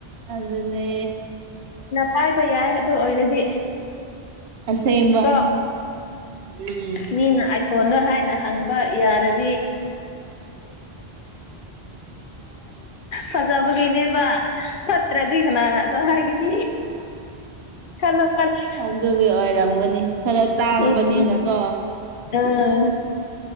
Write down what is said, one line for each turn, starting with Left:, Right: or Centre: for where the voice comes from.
Right: ꯑꯗꯨꯅꯦ
Left: ꯍꯥꯏꯥꯏꯕ ꯌꯥꯏ ꯑꯗꯨ ꯑꯣꯏꯔꯗꯤ
Right: ꯑꯁꯦꯡꯕ
Left: ꯀꯣ
Right: ꯎꯝ
Left: ꯃꯤꯅ ꯑꯥꯏꯐꯣꯟꯗꯣ ꯍꯥꯏꯅ ꯍꯪꯕ ꯌꯥꯔꯗꯤ ꯐꯖꯕꯒꯤꯅꯦꯕ ꯐꯠꯇ꯭ꯔꯗꯤ ꯀꯅꯥꯒ ꯑꯗꯣ ꯍꯥꯏꯒꯅꯤ ꯈꯜꯂꯣ ꯈꯜꯂꯣ
Right: ꯑꯗꯨꯒꯤ ꯑꯣꯏꯔꯝꯒꯅꯤ ꯈꯔ ꯇꯥꯡꯕꯅꯤꯅꯀꯣ
Left: ꯎꯝ ꯑꯥ